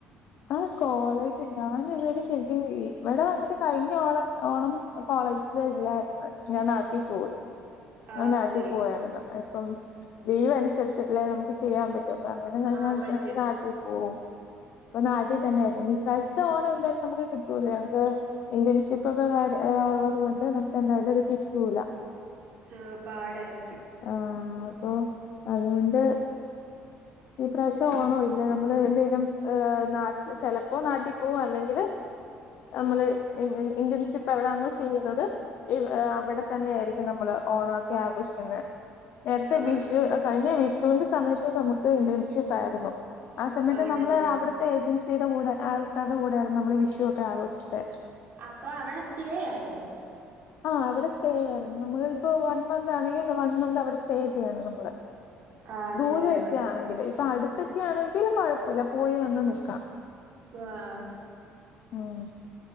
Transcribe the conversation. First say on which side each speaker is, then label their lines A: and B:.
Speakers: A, on the left; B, on the right.
A: ആ കോളേജ് ഞാൻ <unintelligible> ശരിക്കും ഇവിടെ വന്നിട്ട് കഴിഞ്ഞ ഓണം ഓണം കോളേജില് ഇല്ലായിരുന്നു ഞാൻ നാട്ട ക്ക് പോയി
B: ആഹ്
A: ആ നാട്ടിൽ
B: പോയി
A: പോയായിരുന്ന് ഇപ്പം ലീവ് അനുസരിച്ചല്ലേ നമുക്ക് ചെയ്യാൻ പറ്റൂ - <unintelligible> അങ്ങനെ <unintelligible>
B: ആഹ് പറ്റും
A: ഞ നാട്ടി പോവും അപ്പൊ നാട്ടിൽ തന്നെയായിരുന്നു ഈ പ്രാവിശ്യത്തെ ഓണം എന്തായാലും നമുക്ക് കിട്ടൂല ഞങ്ങക്ക് ഇന്റേൺഷിപ്പ് ഒക്കെ കാര <unintelligible> ഉള്ളത് കൊണ്ട് നമുക്ക് എന്തായാലും ഇത് കിട്ടൂല
B: ആ പാടായിരിക്കും
A: ആ അപ്പൊ അതുകൊണ്ട് ഈ പ്രാവശ്യം ആണോ ഇല്ല നമ്മള് എന്തേലും ഏഹ് നാട്ടിൽ ചെലപ്പോ നാട്ടി പോകും അല്ലെങ്കില് നമ്മള് ഇൻ ഇൻ ഇന്റൺഷിപ്പ് എവിടെന്നോ ചെയ്യുന്നത് ഇവ് ഏഹ് അവിടെ തന്നെ ആരിക്കും നമ്മള് ഓണൊക്കെ ആഘോഷിക്കുന്നേ നേരത്തെ
B: ആഹ്
A: വിഷു അ കഴിഞ്ഞേ വിഷ് <unintelligible> സമയത്ത് നമുക്ക് ഇന്റേൺഷിപ്പ് ആരുന്നു ആ സമയത്ത്
B: ആണല്ലേ
A: നമ്മള് അവിടത്തെ ഏജൻസ് സീടെ കൂടെ ആൾക്കാർടെ കൂടെ ആരുന്നു നമ്മള് വിഷു ഒക്കെ ആഘോഷിച്ചേ
B: അപ്പൊ അവിടെ സ്റ്റേ ആയിരുന്നോ
A: ആഹ് അവിടെ സ്റ്റേയാരുന്നു നമ്മള് ഇപ്പോ വൺ മന്ത് ആണെങ്കി ന വൺ മന്ത് അവിടെ സ്റ്റേ ചെയ്യണം നമ്മള്
B: ആഹ്
A: ദൂരക്കെ
B: ചെയ്യണം
A: ആണെങ്കില് ഇപ്പ അടുത്തൊക്കെയാണെങ്കില് കൊഴപ്പല്ല പോയി വന്ന് നിക്കാം
B: <unintelligible>
A: ഉം